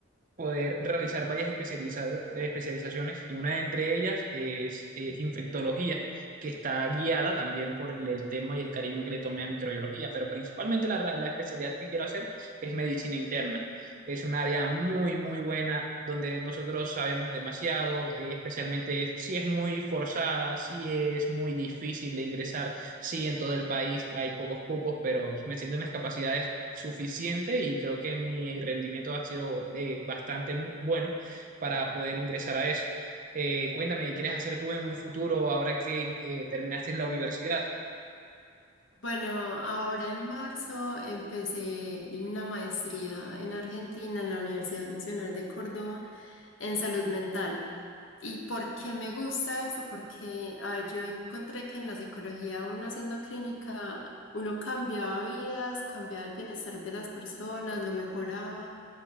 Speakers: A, on the right; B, on the left.
A: poder realizar varias especializa- especializaciones y una de entre ellas es eh, infectología, que está guiada también por el, el tema y el cariño que le tomé a microbiología, pero principalmente la, ra- la especialidad que quiero hacer es medicina interna. Es un área muy, muy buena donde nosotros sabemos demasiado, eh, especialmente si es muy forzada, si es muy difícil de ingresar, si en todo el país hay pocos cupos, pero me siento en las capacidades suficiente y creo que mi rendimiento ha sido eh, bastante mu- bueno para poder ingresar a eso. Eh, cuéntame, ¿qué quieres hacer tú en un futuro ahora que eh, terminaste la universidad?
B: Bueno, ahora en marzo empecé una maestría en Argentina en la Universidad Nacional de Córdoba en salud mental. ¿Y por qué me gusta eso? Porque, a ver, yo encontré que en la psicología, uno haciendo clínica, uno cambiaba vidas, cambiaba el bienestar de las personas, lo mejoraba